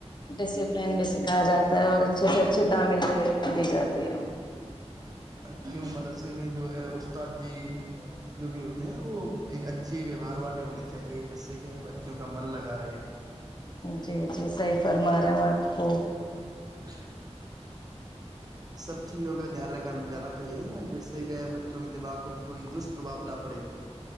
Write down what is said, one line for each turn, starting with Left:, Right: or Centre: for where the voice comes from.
Left: ڈسپلین بھی سکھایا جاتا اور اچھے سے اچھی تعمیل د دی جاتی ہے
Right: کیوں مدرسے میں جو ہے استاد جی جو بھی ہوتے ہیں وہ ایک اچھے ویوہار والے ہونے چاہیے جس سے کہ بچوں کو کا من لگا رہے
Left: جی جی صی فرما رہا ہ خوب
Right: <inaudible> سب چیزوں کا دھیان رکھا جانا چاہیے نا جس سے کہ بچوں کے دماغ کو کوئی دشپرھاؤ نہ پڑے